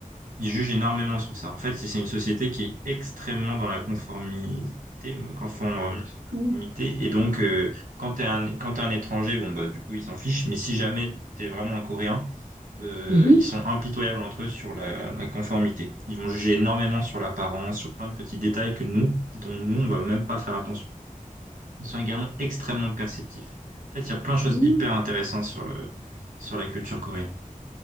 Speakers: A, on the right (about 75°); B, on the right (about 60°).
A: Ils jugent énormément sur ça. En fait, c'est c'est une société qui est extrêmement dans la conformité, conformité.
B: Tout
A: Et donc, euh, quand t'es un, quand t'es un étranger, bon, bah, du coup, ils s'en fichent. Mais si jamais t'es vraiment un Coréen, euh,
B: Mhm.
A: ils sont impitoyables entre eux sur la, la conformité. Ils vont juger énormément sur l'apparence, sur plein de petits détails que nous, dont nous, on va même pas faire attention. Ils sont également extrêmement perceptifs. En fait, il y a plein de choses
B: Mhm.
A: hyper intéressantes sur le, sur la culture coréenne.